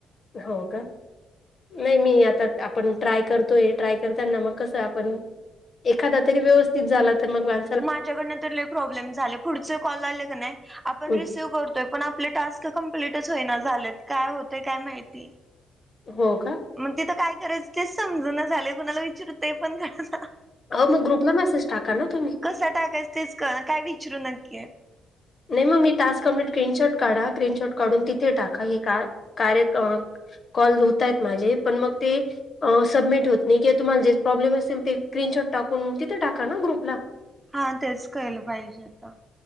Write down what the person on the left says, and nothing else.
हो का, नाही मी आता आपण ट्राय करतोय, ट्राय करताना मग कसं आपण, एखादा तरी व्यवस्थित झाला तर मग मा-
हं.
हो का,
अहो, मग ग्रुपला मेसेज टाका ना तुम्ही.
''नाही, मग मी टास्क कमप्लीट स्क्रीनशॉट काढा स्क्रीनशॉट काढून तिथे, टाका हे का कार्य- कॉल होत आहेत माझे, पण मग ते- ''अ सबमिट होत नाही, किंवा तुम्हाला जे प्रॉब्लेम असेल ते क्रीनशॉट टाकून तिथं टाका ना ग्रुपला, ''